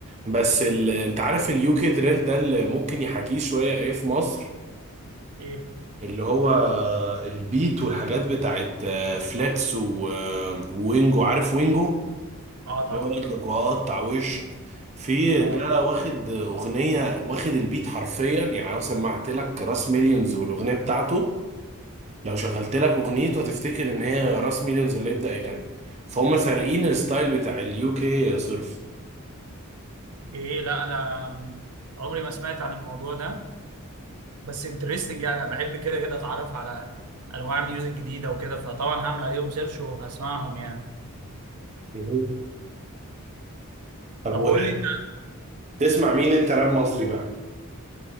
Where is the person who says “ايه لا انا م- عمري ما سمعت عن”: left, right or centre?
Right